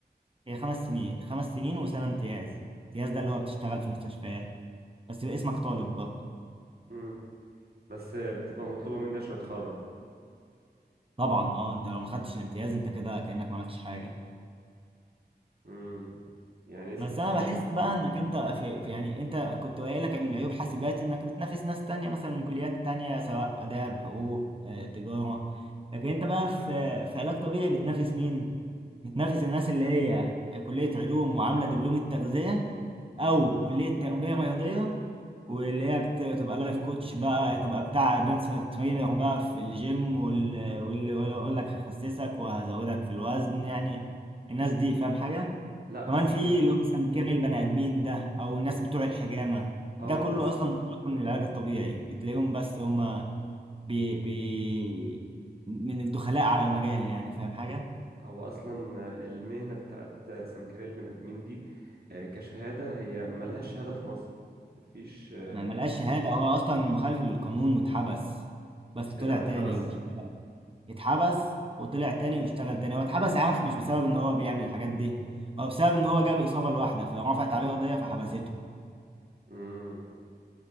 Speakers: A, on the right; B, on the right.
A: هي خمس سنين خمس سنين وسنة امتياز امتياز ده اللي هو بتشتغل في مستشفيات بس يبقى اسمك طالب برضه
B: مم. بس آه، بتبقى مطلوبة مني عشان أتخرج
A: طبعا أه أنت لو ما خدتش الامتياز أنت كده كأنك ما عملتش حاجة
B: مم. يعني إيه ست
A: بس
B: سنين
A: انا بحس بقى انك انت في في- يعني انت كنت قايل لك من عيوب حاسبات انك بتنافس ناس تانية مثلا من كليات تانية سواء اداب حقوق آه، تجارة لكن انت بقى في في علاج طبيعي بتنافس مين؟ بتنافس الناس اللي هي كلية علوم وعاملة دبلوم التغذية او كلية تربية رياضية واللي هي بت- بتبقى لايف كوتش بقى تبقى بتاع بيرسونال ترينر بقى في الجيم وال- واللي يقول لك هخسسك وهزودك في الوزن يعني الناس دي فاهم حاجة؟
B: لأ بس
A: كمان في
B: فين
A: اللي هو سمكري البني ادمين ده او الناس بتوع الحجامه
B: اه
A: ده كله
B: بس
A: اصلا مشتق من العلاج الطبيعي بتلاقيهم بس هما بي بي من الدخلاء على المجال يعني فاهم حاجه
B: هو اصلا المهنه بتاعت سمكري البني ادمين دي آه، كشهاده هي ملهاش شهاده في مصر مفيش آه،
A: ما ملقاش شهاده هو اصلا مخالف للقانون واتحبس بس طلع
B: ايه ده هو
A: تاني
B: اتحبس
A: واشتغل اتحبس وطلع تاني واشتغل تاني هو اتحبس عنف مش بسبب ان هو بيعمل الحاجات دي هو بسبب ان هو جاب اصابه لواحده فرفعت عليه قضيه فحبسته
B: امم